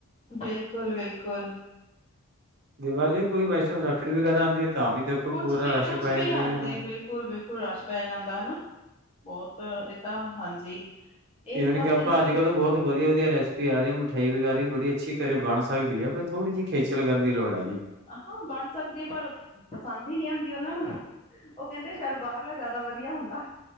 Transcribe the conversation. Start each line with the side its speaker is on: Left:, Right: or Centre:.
Left: ਬਿਲਕੁਲ ਬਿਲਕੁਲ
Right: ਦੀਵਾਲੀ ਕੋਈ ਵੈਸ਼ਨਵ ਰੱਖੜੀ ਵਗੈਰਾ ਆਉਂਦੀ ਹੈ ਤਾਂ ਵੀ ਦੇਖੋ
Left: ਕੁਛ
Right: ਪੂਰਾ
Left: ਵੀ
Right: ਰਸ਼
Left: ਕੁਛ
Right: ਪੈ
Left: ਵੀ
Right: ਜਾਂਦਾ
Left: ਹਾਂਜੀ
Right: ਜੀ ਨਾ
Left: ਬਿਲਕੁਲ ਬਿਲਕੁਲ ਰਸ਼ ਪੈ ਜਾਂਦਾ ਹਨਾ ਬਹੁਤ ਤਾਂ ਹਾਂਜੀ ਇਸ
Right: ਈਵਨ
Left: ਪਾਸੇ
Right: ਕਿ ਆਪਾਂ
Left: ਵੱਲ
Right: ਅੱਜ ਕੱਲ੍ਹ ਬਹੁਤ ਵਧੀਆ ਵਧੀਆ ਰੈਸਪੀ ਆ ਰਹੀ ਹੈ ਮਿਠਾਈ ਵਗੈਰਾ ਵੀ ਬੜੀ ਅੱਛੀ ਘਰੇ ਬਣ ਸਕਦੀ ਹੈ ਫ ਥੋੜ੍ਹੀ ਜਿਹੀ ਖੇਚਲ ਕਰਨ ਦੀ ਲੋੜ ਹੈ ਜੀ
Left: ਹ ਹਾਂ ਬਣ ਸਕਦੀ ਹੈ ਪਰ ਪਸੰਦ ਹੀ ਨਹੀਂੀ ਆਉਂਦੀ ਉਹਨਾਂ ਨੂੰ ਉਹ ਕਹਿੰਦੇ ਸ਼ਾਇਦ ਬਾਹਰਲਾ ਜ਼ਿਆਦਾ ਵਧੀਆ ਹੁੰਦਾ